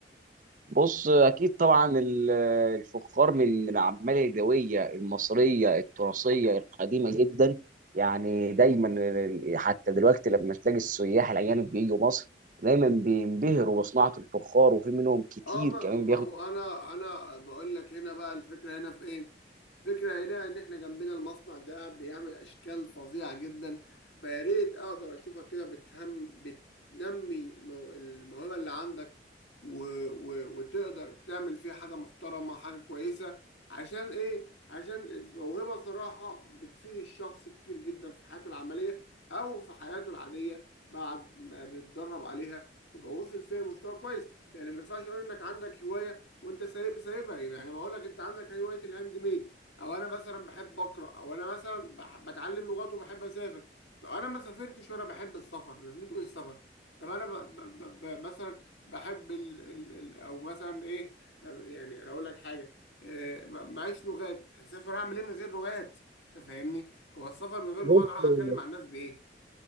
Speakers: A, on the right; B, on the left.
A: بص اكيد طبعا ال- الفخار من من الاعمال اليدويه المصريه التراثيه القديمه جدا يعني دايما ال- حتى دلوقتي لما تلاقي السياح الاجانب بييجوا مصر دايما بينبهروا بصناعه الفخار وفي منهم كتير
B: اه ما,
A: كمان
B: ما هو انا انا بقول لك هنا بقى الفكره هنا في ايه الفكره هنا ان احنا جنبنا المصنع ده بيعمل اشكال فظيعه جدا فيا ريت اقدر اشوفك كده بتهم بتنمي مو- الموهبه اللي عندك و و وتقدر تعمل فيه حاجه محترمه حاجه كويسه عشان ايه عشان الموهبه صراحه بتفيد الشخص كتير جدا في حياته العمليه او في حياته العاديه بعد ما بيتدرب عليها ويبقى وصل فيها لمستوى كويس يعني ما ينفعش تقول انك عندك هوايه وانت سايب سايبها يعني ما اقول لك انت عندك هوايه الهاند ميد او انا مثلا بحب اقرا او انا مثلا بح- بتعلم لغات وبحب اسافر لو انا ما سافرتش وانا بحب السفر لازم تقول السفر طب انا ب... ب... ب... ب- مثلا بحب ال... ال... ال... او مثلا ايه يعني اقول لك حاجه آه، ما- معيش لغات هسافر اعمل ايه من غير لغات انت فاهمني هو السفر من غير
A: بياخدوا
B: لغات اروح اتكلم مع الناس بايه